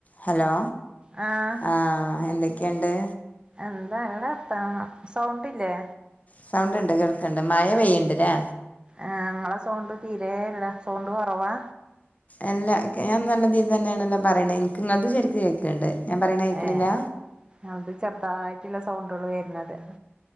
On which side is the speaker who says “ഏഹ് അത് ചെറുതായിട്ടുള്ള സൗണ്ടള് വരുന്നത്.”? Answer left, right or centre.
Right